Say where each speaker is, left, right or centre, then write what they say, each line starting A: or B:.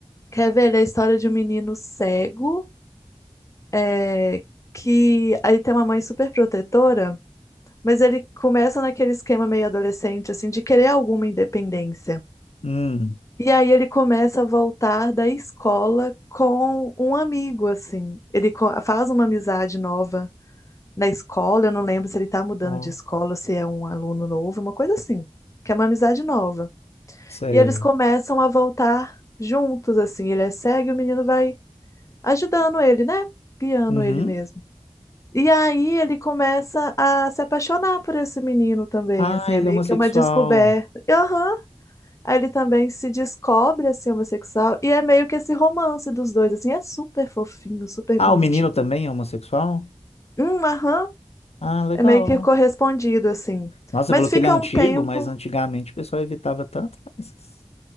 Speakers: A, on the left; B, on the left.
A: quer ver ele é a história de um menino cego, é, que aí tem uma mãe super protetora, mas ele começa naquele esquema meio adolescente, assim, de querer alguma independência.
B: Hum,
A: E aí ele começa a voltar da escola com um amigo, assim. Ele co- faz uma amizade nova na escola, eu não lembro se ele está mudando
B: ó,
A: de escola, ou se é um aluno novo, uma coisa assim, que é uma amizade nova.
B: sei.
A: E eles começam a voltar juntos, assim, ele é cego e o menino vai ajudando ele, né? Guiando
B: Uhum.
A: ele mesmo. E aí ele começa a se apaixonar por esse menino também,
B: Ah,
A: assim, é
B: ele
A: meio
B: é homossexual.
A: que uma descoberta. Aham. Aí ele também se descobre, assim, homossexual, e é meio que esse romance dos dois, assim, é super fofinho, super
B: Ah,
A: bonitinho.
B: o menino também é homossexual?
A: Hum, aham.
B: Ah, legal.
A: É meio que correspondido, assim.
B: Nossa, você
A: Mas
B: falou
A: fica
B: que ele é antigo,
A: um tempo.
B: mas antigamente o pessoal evitava tanto. essas-